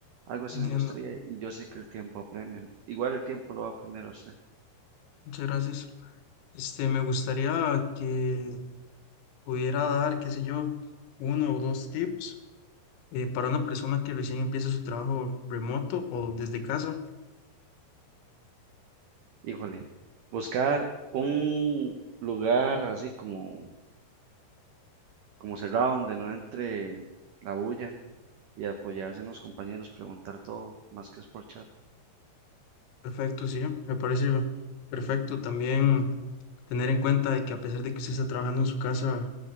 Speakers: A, on the right (about 85°); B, on the left (about 80°).
A: Algo así
B: entiendo.
A: me gustaría y yo sé que el tiempo apremia. Igual el tiempo lo va primero a apremiar a usted.
B: Muchas gracias. Este, me gustaría que pudiera dar, qué sé yo, uno o dos tips eh, para una persona que recién empieza su trabajo remoto o desde casa.
A: Híjole, buscar un lugar así como, como cerrado donde no entre la bulla y apoyarse en los compañeros, preguntar todo, más que es por chat.
B: Perfecto, sí, me parece perfecto también tener en cuenta de que a pesar de que usted está trabajando en su casa,